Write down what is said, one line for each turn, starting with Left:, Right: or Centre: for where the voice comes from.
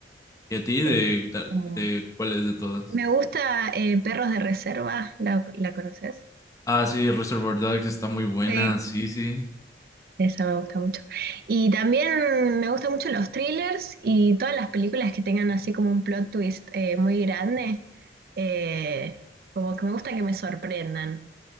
Left: ¿Y a ti, de,
Right: eh,
Left: ta-
Right: como-
Left: de cuál es de todas?
Right: Me gusta eh, Perros de Reserva, ¿la, la conoces?
Left: Ah, sí, Reservoir Dogs está muy buena,
Right: Sí.
Left: sí, sí.
Right: Esa me gusta mucho. Y también me gustan mucho los thrillers y todas las películas que tengan así como un plot twist eh, muy grande. eh, como que me gusta que me sorprendan.